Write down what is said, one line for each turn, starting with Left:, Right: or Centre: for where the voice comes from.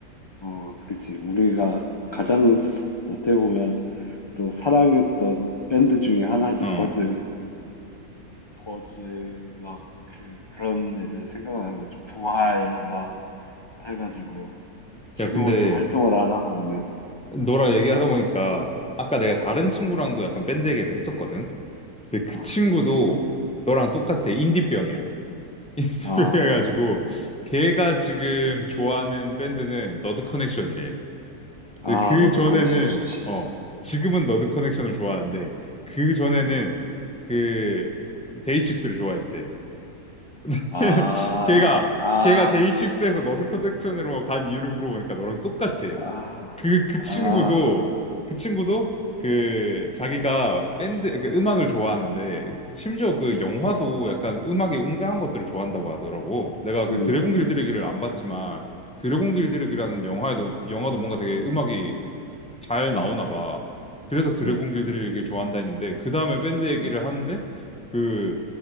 Left: 어, 그치. 우리가 가장 스- 어떻게 보면 또 사랑했던 밴드 중에 하나지.
Centre: 어.
Left: 버즈. 버즈 막 그 그런 애들 생각나는 거지. 부활 막 해가지고 지금은
Centre: 야, 근데
Left: 좀 활동을 안 하고 있네.
Centre: 너랑
Left: 음,
Centre: 얘기하다 보니까 아까 내가 다른
Left: 음,
Centre: 친구랑도 약간 밴드 얘기를 했었거든. 근데 그
Left: 아,
Centre: 친구도 너랑 똑같아.
Left: 음.
Centre: 인디병이야. <laughs>
Left: 아,
Centre: 그래가지고 걔가 지금 좋아하는 밴드는 너드 커넥션이래.
Left: 아,
Centre: 근데 그
Left: 너드
Centre: 전에는
Left: 커넥션 좋지.
Centre: 어 지금은 너드 커넥션을 좋아하는데 그 전에는
Left: 아,
Centre: 그 데이식스를 좋아했대. <laughs>
Left: 아,
Centre: 걔가
Left: 아,
Centre: 걔가 데이식스에서 너드 커넥션으로 간 이유를 물어보니까 너랑 똑같아.
Left: 아,
Centre: 그 그
Left: 아,
Centre: 친구도
Left: 아.
Centre: 그 친구도 그 자기가 밴드 그 음악을 좋아하는데 심지어 그 영화도
Left: 그치?
Centre: 약간 음악이 웅장한 것들을 좋아한다고 하더라고. 내가
Left: 음,
Centre: 그 드래곤 길들이기를
Left: 음,
Centre: 안 봤지만 드래곤 길들이기라는
Left: 음,
Centre: 영화에도 영화도 뭔가 되게 음악이 잘 나오나
Left: 음,
Centre: 봐. 그래서 드래곤
Left: 음, 음.
Centre: 길들이기를 좋아한다 했는데 그 다음에 밴드 얘기를
Left: 음.
Centre: 하는데 그